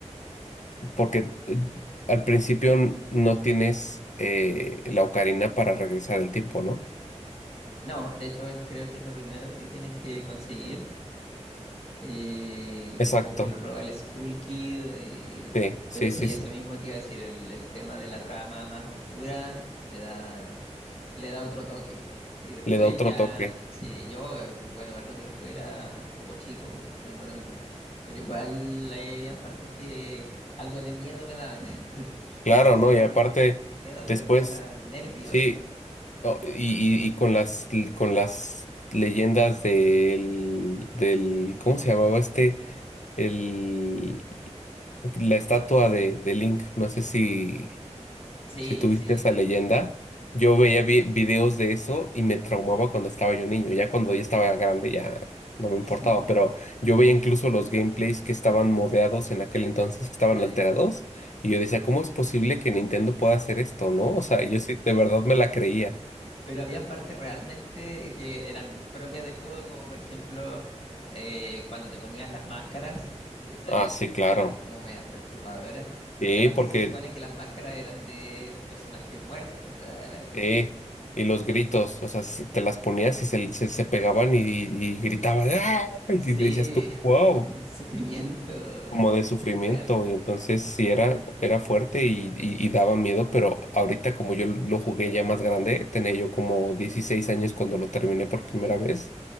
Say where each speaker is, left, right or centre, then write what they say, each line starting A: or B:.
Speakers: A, on the left (about 80°); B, on the left (about 60°).
A: porque eh, al principio n- no tienes eh, la ocarina para regresar el tiempo, ¿no?
B: No, de hecho es- creo que es lo primero que tienes que conseguir eh,
A: Exacto,
B: porque lo roba el Skull Kid. eh,
A: sí, sí,
B: pero sí,
A: sí,
B: eso
A: sí,
B: mismo te iba a decir, el, el tema de la trama más oscura le da, le da otro toque. Y después
A: le da otro
B: ya,
A: toque,
B: sí, yo, eh, bueno, igual cuando lo jugué era un poco chico, quizás no tanto, pero igual ahí habían partes que algo de miedo me daban. <laughs> O
A: claro,
B: no sé si
A: ¿no?
B: me-
A: Y aparte,
B: miedo,
A: después,
B: pero quizás nervios.
A: sí,
B: como-
A: oh, y, y- y con las, con las leyendas del, del, ¿cómo se llamaba este? El, la estatua de, de Link. No sé si,
B: Sí,
A: si tuviste
B: sí.
A: esa leyenda. Yo veía vi- videos de eso y me traumaba cuando estaba yo niño. Ya cuando ya estaba grande ya no me importaba,
B: <laughs>
A: pero yo veía incluso los gameplays que estaban modeados en aquel entonces, que estaban
B: Ah,
A: alterados,
B: Ok.
A: y yo decía, ¿cómo es posible que Nintendo pueda hacer esto, no? O sea, yo sí, de verdad me la creía.
B: Pero habían partes realmente que eran propias del juego, como por ejemplo eh, cuando te ponías las máscaras, que salían
A: Ah, sí, claro.
B: caras como medias perturbadoras.
A: Sí,
B: Y además
A: porque
B: que se supone que las máscaras eran de personajes muertos, o sea, era, eh,
A: Sí, y los gritos, o sea, se- te las ponías y se, se, se pegaban y, y gritaban, ¡ah! Y
B: sí,
A: te decías tú,
B: <laughs>
A: wow,
B: como un sufrimiento
A: como de sufrimiento.
B: real.
A: Y entonces sí era, era fuerte y, y, y daba miedo, pero ahorita como yo lo jugué ya más grande, tenía yo como 16 años cuando lo terminé por
B: Ok.
A: primera vez,